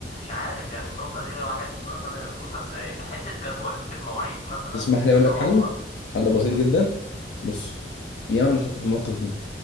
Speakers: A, on the left; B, on the left.
A: عارف يعني النقطة دي الواحد مثلا يظبطها ازاي حتة جدولة المواعيد مثلا
B: تسمح لي اقول
A: اللي
B: لك
A: هو
B: حل حل
A: قول
B: بسيط جدا بص ياما بنتحط في المواقف دي